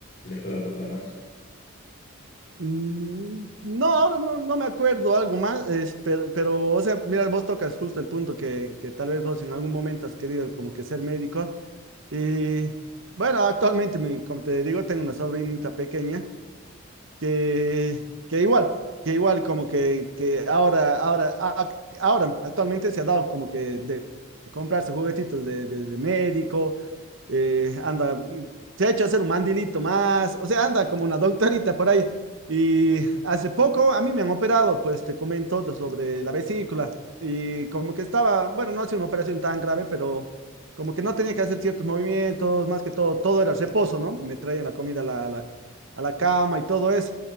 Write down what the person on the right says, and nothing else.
Mm, No, ahora no, no me acuerdo algo más, es, pero, pero, o sea, mira, vos tocas justo el punto que, que tal vez vos en algún momento has querido como que ser médico. Y bueno, actualmente, mi- como te digo, tengo una sobrinita pequeña que, que igual, que igual como que, que ahora, ahora, ac- ahora actualmente se ha dado como que de comprarse juguetitos de, de- de médico, eh, anda, mm, se ha hecho hacer un mandilito más, o sea, anda como una doctorita por ahí. Y hace poco a mí me han operado, pues te comento de- sobre la vesícula y como que estaba, bueno, no ha sido una operación tan grave, pero como que no tenía que hacer ciertos movimientos, más que todo, todo era reposo, ¿no? Me traían la comida a la, a la a la cama y todo eso.